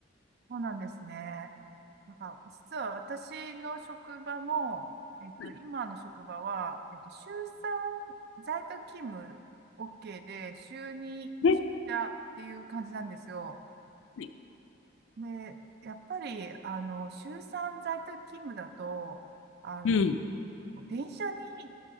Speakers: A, on the right (about 60°); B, on the left (about 80°).
A: そうなんですね。なんか、実は私の職場も、えっと、
B: はい
A: 今の職場は、えっと、週3在宅勤務 OK で、週2出社っていう感じなんですよ。
B: ね。はい
A: で、やっぱり、あの、週3在宅勤務だと、あの、
B: うん。
A: 電車に